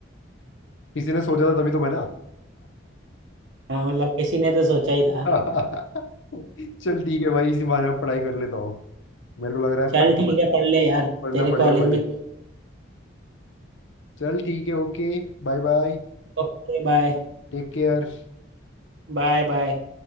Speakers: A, on the left; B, on the right.
A: किसी ने सोचा था तभी तो बना
B: हाँ मतलब किसी ने तो सोचा ही था
A: <laughs> चल ठीक है भाई इसी बहाने में पढ़ाई कर लेता हूँ मेरे को लग रहा है
B: चल
A: पढ़-
B: ठीक है पढ़ ले यार
A: पढ़ना
B: तेरे
A: पड़ेगा
B: कॉलेज
A: भाई
B: में
A: चल ठीक है okay Bye bye
B: Okay bye
A: Take care
B: bye बाय